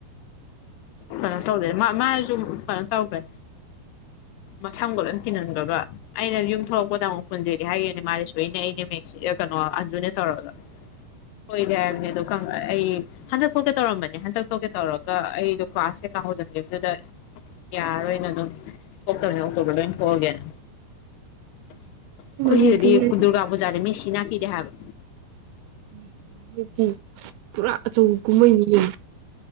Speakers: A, on the left; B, on the right.
A: ꯀꯩꯅꯣ ꯇꯧꯗꯦ ꯃꯥꯁꯨ ꯀꯩꯅꯣ ꯇꯧꯈ꯭ꯔꯦ ꯃꯁꯝꯒꯣ ꯑꯗꯨꯝ ꯇꯤꯍꯟꯈ꯭ꯔꯕ ꯑꯩꯅ ꯌꯨꯝ ꯊꯣꯛꯂꯛꯄꯗ ꯑꯃꯨꯛ ꯄꯨꯟꯁꯤꯦꯗꯤ ꯍꯥꯏꯈꯤꯕꯅꯦ ꯃꯥꯗꯤꯁꯨ ꯑꯩꯅ ꯑꯩꯅꯦ ꯀꯩꯅꯣ ꯑꯟꯖꯨꯅꯦ ꯇꯧꯔꯒ ꯑꯣꯏꯣꯏꯗꯦ ꯍꯥꯏꯕꯅꯤ ꯑꯗꯣ ꯑꯩ ꯍꯟꯗꯛ ꯊꯣꯛꯀꯦ ꯇꯧꯔꯝꯕꯅꯤ ꯍꯟꯗꯛ ꯊꯣꯛꯀꯦ ꯇꯧꯔꯒ ꯑꯩꯗꯣ ꯀ꯭ꯂꯥꯁ ꯀꯩꯀꯥ ꯍꯧꯖꯟꯒꯦꯗꯨꯗ ꯌꯥꯔꯔꯣꯏꯅ ꯑꯗꯨꯝ ꯊꯣꯛꯇꯕꯅꯦ ꯑꯣꯛꯇꯣꯕꯔ ꯂꯣꯏ ꯑꯣꯏꯅ ꯊꯣꯛꯑꯒꯦꯅ ꯑꯩꯈꯣꯏ
B: ꯃꯅꯤꯄꯨꯔꯤ
A: ꯁꯤꯗꯗꯤ ꯗꯨꯔꯒꯥ ꯄꯨꯖꯥꯗ ꯃꯤꯁꯤ ꯆꯅꯥ ꯀꯗ ꯍꯥꯏꯕ
B: <unintelligible> ꯄꯨꯔꯥ ꯑꯆꯧꯕ ꯀꯨꯝꯍꯩꯅꯤ ꯌꯦ